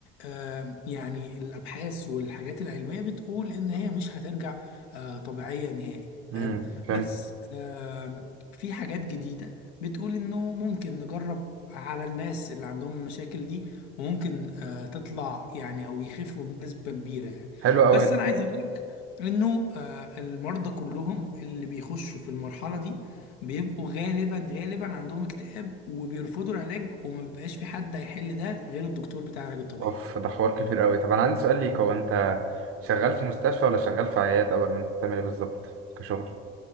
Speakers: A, on the left (about 75°); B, on the right (about 45°).
A: آم، يعني الابحاث والحاجات العلميه بتقول ان هي مش هترجع آه، طبيعيه نهائي فاهم
B: امم فهمت
A: بس آم، في حاجات جديده بتقول انه ممكن نجرب على الناس اللي عندهم المشاكل دي وممكن آه، تطلع يعني او يخفوا بنسبه كبيره يعني
B: حلو قوي
A: بس
B: ده
A: انا عايز اقول لك انه آه، المرضى كلهم اللي بيخشوا في المرحله دي بيبقوا غالبا غالبا عندهم اكتئاب وبيرفضوا العلاج وما بيبقاش في حد هيحل ده غير الدكتور بتاع العلاج الطبيعي
B: اوف ده حوار كبير قوي طب انا عندي سؤال ليك هو انت شغال في مستشفى ولا شغال في عياده ولا انت بتعمل ايه بالظبط كشغل